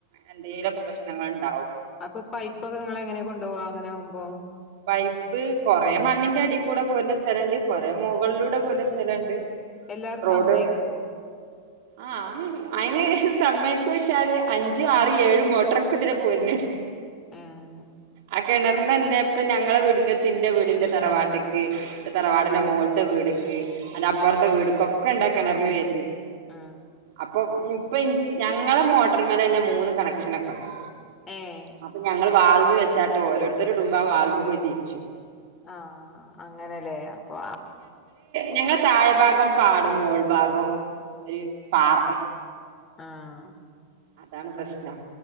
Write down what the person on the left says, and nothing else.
അപ്പൊ പൈപ്പ് ഒക്കെ നിങ്ങളെങ്ങനെയ കൊണ്ടുപോകാ അങ്ങനെ ആവുമ്പോ
എല്ലാരും
സമ്മയിക്കോ
ആഹ്
ആ
ആ
ഏഹ്
ആഹ് അങ്ങനെയല്ലേ അപ്പൊ
ആഹ്